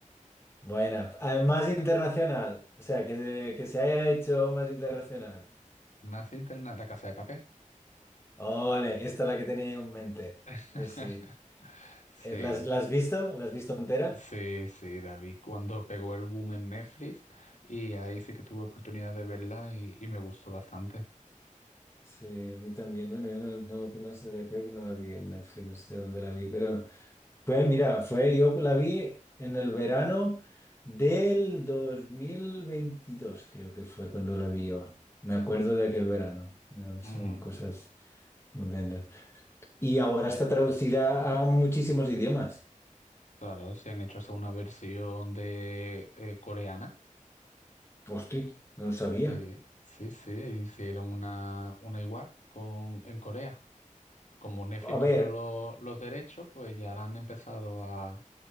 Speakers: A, on the left; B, on the left.
A: Buena, además internacional, o sea, que, que se haya hecho más internacional.
B: más interna, La casa de papel.
A: Ole, esta es la que tenía yo en mente.
B: <laughs>
A: Sí, sí.
B: Sí,
A: Eh, ¿Las, las has visto? ¿La has visto entera?
B: sí, sí, David, cuando pegó el boom en Netflix y ahí sí que tuve oportunidad de verla y, y me gustó bastante.
A: Sí, a mí también. Bueno, yo no, no, que no sé, creo que no la vi en Netflix, no sé dónde la vi, pero Fue, mira, fue, yo la vi en el verano del 2022 creo que fue cuando la vi yo. Me acuerdo de aquel verano. No, Son
B: Ujú.
A: cosas tremendas. Y ahora está traducida a muchísimos idiomas.
B: Claro, se han hecho hasta una versión de eh, coreana.
A: Hostia, no lo sabía.
B: Sí, sí, sí, hicieron una, una igual con, en Corea. Como Netflix
A: A
B: compró
A: ver,
B: lo- los derechos, pues ya han empezado a,